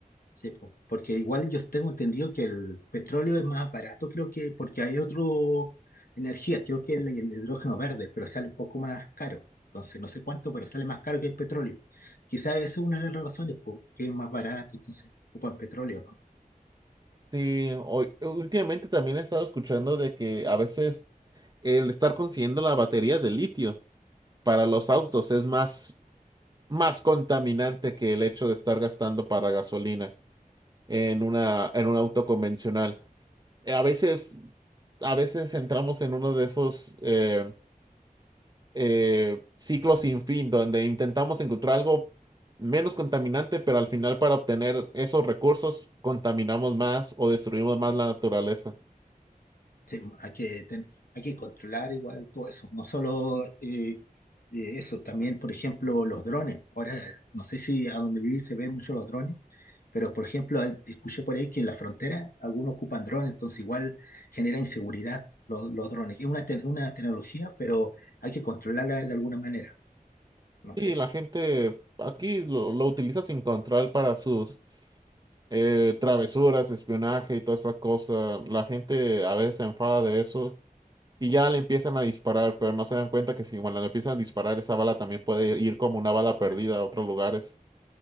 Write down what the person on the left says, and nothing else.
Sí, po, porque igual yo tengo entendido que el petróleo es más barato, creo que porque hay otro energía, creo que el, el hidrógeno verde, pero sale un poco más caro. Entonces, no sé cuánto, pero sale más caro que el petróleo. Quizás esa es una de las razones, po, que es más barato, entonces ocupan petróleo, ¿no?
Sí, hay que, ten- hay que controlar igual todo eso, no solo eh, eh, eso, también, por ejemplo, los drones. Ahora, no sé si a donde viví se ven mucho los drones, pero por ejemplo, al- escuché por ahí que en la frontera algunos ocupan drones, entonces igual genera inseguridad los, los drones. Es una, te- una tecnología, pero hay que controlarla de alguna manera,
¿no crees?
Ah, está.